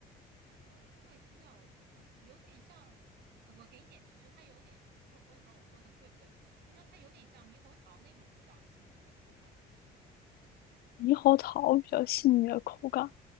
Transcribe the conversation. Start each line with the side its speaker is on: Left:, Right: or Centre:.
Right: 呃，对，比较，呃，有点像，呃，我给你点提示，它有点，呃，不过我也不知道我说的对不对，就是说它有点像猕猴桃那种比较细腻的口感，对，
Left: 猕猴桃比较细腻的口感，